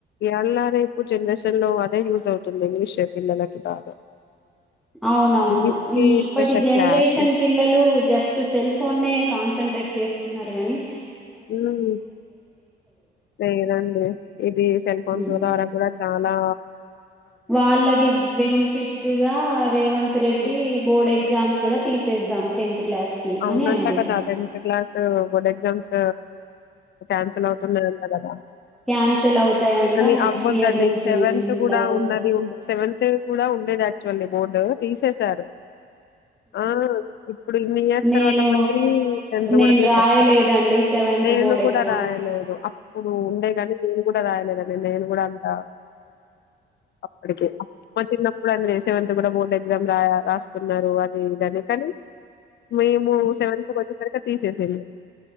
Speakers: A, on the left; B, in the centre.
A: ఎళ్ళారే ఎకువ జనరేషన్ లో అదే యూజ్ అవుతుంది ఇంగ్లీష్ పిల్లలకి బాగా
B: అవునవును
A: ఇంగ్లీష్ కి
B: ఈ ఇప్పటి
A: స్పెషల్
B: జనరేషన్
A: క్లాస్
B: పిల్లలు జస్ట్ సెల్ ఫోన్ కాన్సన్ంట్రేట్ చేస్తున్నారు గానీ
A: ఉమ్ లేదండి ఇది సెల్ ఫోన్స్
B: ఉమ్
A: ద్వారా కూడా చాలా లా
B: వాళ్ళకి బెనిఫిట్ గా రేవంత్ రెడ్డి
A: హ్మ్.
B: బోర్డ్ ఎగ్జామ్స్ కూడా తీసేద్దాం టెన్త్ క్లాస్ కి
A: అవును
B: అని అంటున్నారు
A: అట కదా టెన్త్ క్లాస్ స బోర్డ్ ఎగ్జామ్స్ క్యాన్సిల్ అవుతున్నంట కదా
B: క్యాన్సల్ అవుతాయంట
A: అని
B: నెక్స్ట్
A: అవ్వద్దండి
B: ఇయర్ నుంచి
A: సెవెన్త్
B: ఉండవు
A: కూడా ఉన్నది ఉ సెవెంతత్ కూడా ఉండేది అట్ చల్లి బోర్డు తీసేశారు ఆ ఇప్పుడు మీ
B: నేను
A: తర్వాత మంది టెన్త్
B: నేను
A: కూడా తీసేస్తారు
B: రాయలేదండి సెవెంత్
A: నేను
B: బోర్డ్
A: కూడా
B: ఎగ్జామ్
A: రాయలేదు అప్పుడు ఉండే గానీ నేను కూడా రాయలే నేను కూడా అంత అప్పటికి అ చిన్నప్పుడు అని సెవెంత్ కూడా బోర్డు ఎక్సమ్ రాయాలా రాస్తున్నారు అదేదాన్ని కానీ మేము సెవెంత్ వచ్చేసారు కల్లా తీసేసిల్లు